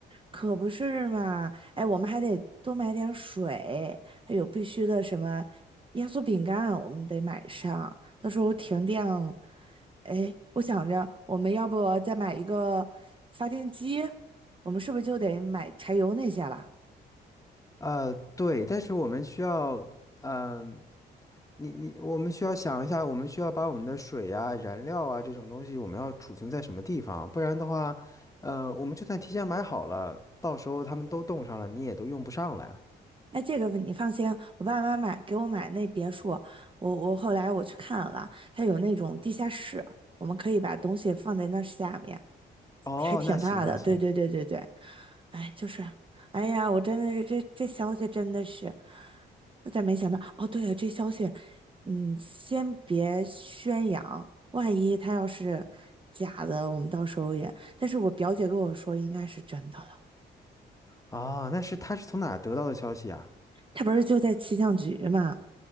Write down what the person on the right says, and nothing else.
可不是嘛！哎，我们还得多买点水，还有必须的什么压缩饼干，我们得买上。到时候停电，哎，我想着我们要不再买一个发电机？我们是不是就得买柴油那些了？
哎，这个你放心，我爸妈买给我买那别墅，我我后来我去看了，它有那种地下室，我们可以把东西放在那下面。
还挺大的，
对对对对对，哎，就是，哎呀，我真的是这这消息真的是，我咋没想到？哦，对了，这消息，嗯，先别宣扬，万一他要是假的，我们到时候也……但是我表姐跟我说应该是真的了，
他不是就在气象局嘛，